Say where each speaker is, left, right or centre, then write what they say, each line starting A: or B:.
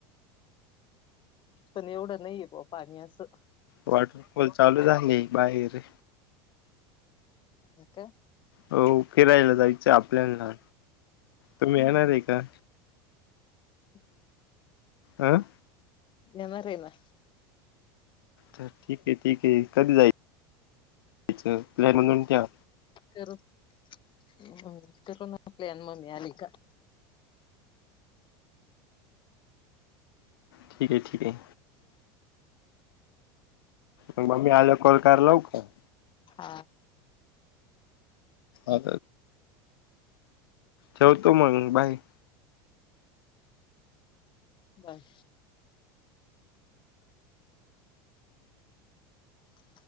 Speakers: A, on the left; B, on the left.
A: पण एवढं नाहीये बुवा पाणी असं
B: वॉटरफॉल चालू झाले बाहेर.
A: अक
B: हो फिरायला जायचं आपल्या, तुम्ही येणार आहे का?
A: <unintelligible>
B: आं
A: येनारये ना.
B: तर ठीक आहे ठीक आहे कधी जायचयच प्लॅन म्हणून ठेवा.
A: करम् कर ना आपल्यान मम्मी आली का.
B: ठीक आहे ठीक आहे. मग मम्मी आल्यावर कॉल कराय लाऊ का?
A: हा.
B: अ ठेवतो मग बाय.
A: बाय. <inaudible>